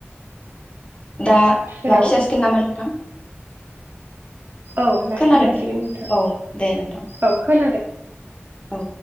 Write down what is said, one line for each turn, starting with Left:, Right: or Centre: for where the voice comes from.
Left: दा
Right: हेलौ
Left: लाखि जासिगोन नामा नोंथां।
Right: औ लाखि
Left: खोनादों
Right: जासिगोन नोंथां
Left: औ दे नोंथां
Right: औ खोनादों।
Left: औ